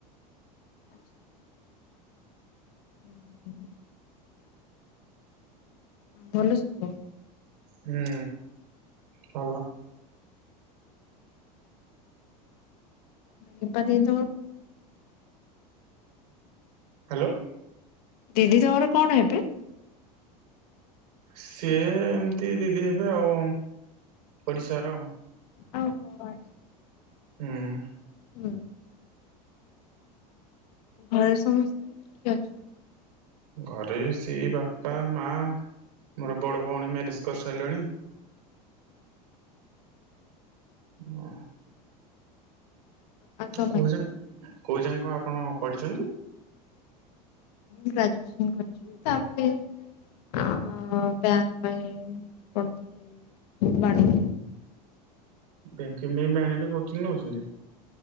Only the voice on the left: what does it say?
ଆଚ୍ଛାଛା ହୁଁ। ଭଲ ସବୁ।
କିପା ଦେଇ ତମ
ଦିଦି ତମର କଣ ହେବେ।
ଓ <unintelligible>
ହୁଁ ଘରେ ସମସ୍ତେ କିଏ ଅଛନ୍ତି?
ଆଉ ତମେ
ଗ୍ରାଜୁଏସନ କରିଛି ତାପରେ ଆ ବ୍ୟାଙ୍କ ପାଇଁ ପଢୁଥିଲି ବାଣ